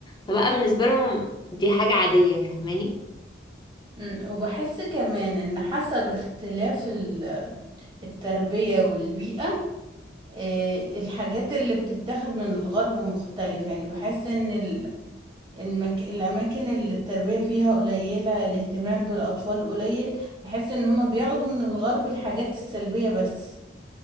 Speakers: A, on the left; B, on the right.
A: فبقى بالنسبة لهم دي حاجة عادية فاهماني
B: م- وبحس كمان ان حسب اختلاف ال- التربية والبيئة آه، الحاجات اللي بتتاخد من الغرب مختلفة يعني بحس ان ال- المك... الاماكن اللي التربية فيها قليلة الاهتمام بالاطفال قليل بحس ان هما بياخدوا من الغرب الحاجات السلبية بس